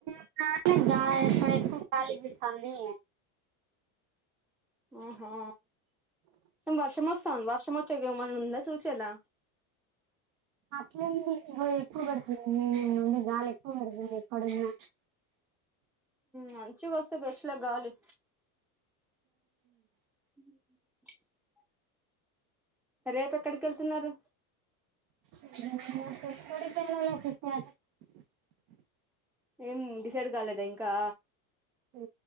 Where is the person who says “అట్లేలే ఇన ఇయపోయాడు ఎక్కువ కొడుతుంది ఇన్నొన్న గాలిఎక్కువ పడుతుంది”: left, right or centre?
Right